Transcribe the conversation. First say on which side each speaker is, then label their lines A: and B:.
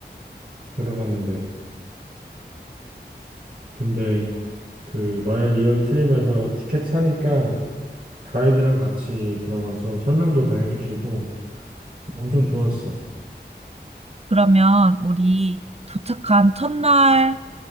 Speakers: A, on the right; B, on the right.
A: 들어가는데. 근데 그 마리얼 트립에서 티켓 사니까 가이드랑 같이 들어가서 설명도 다 해주시고 엄청 좋았어.
B: 그러면 우리 도착한 첫날